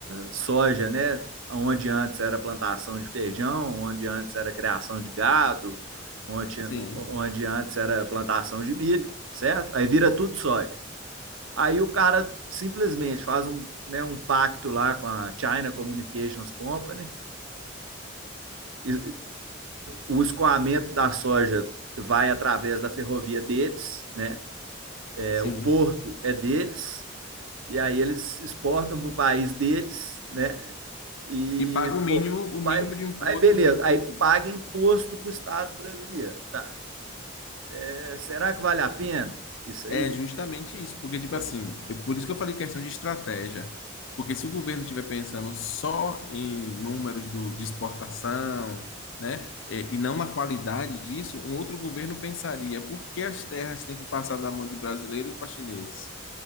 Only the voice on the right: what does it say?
soja, né? Onde antes era plantação de feijão, onde antes era criação de gado, onde,
onde antes era plantação de milho, certo? Aí vira tudo soja. Aí o cara simplesmente faz um, né, um pacto lá com a China Communications Company. E o escoamento da soja vai através da ferrovia deles, né? É,
o porto é deles, e aí eles exportam para o país deles, né? E
pô,
vai,
vai, beleza,
aí
paga
imposto para o Estado brasileiro. Tá. É, será que vale a pena isso aí?
Tipo
assim,